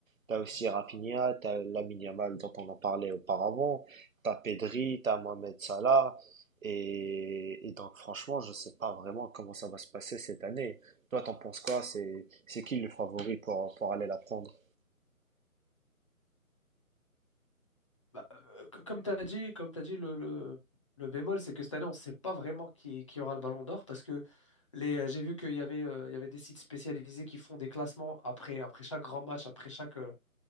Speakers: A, on the right; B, on the left.
A: t'as aussi Rafinha, t'as Lamine Yamal dont on a parlé auparavant, t'as Pedri, t'as Mohamed Salah, et, et donc, franchement, je sais pas vraiment comment ça va se passer cette année. Toi, t'en penses quoi? C'est, c'est qui le favori pour, pour aller la prendre?
B: Bah, euh, co- comme tu as dit, comme t'as dit le, le, le bémol, c'est que cette année, on ne sait pas vraiment qui, qui aura le ballon d'or parce que les, euh, j'ai vu qu'il y avait, euh, il y avait des sites spécialisés qui font des classements après, après chaque grand match, après chaque, euh,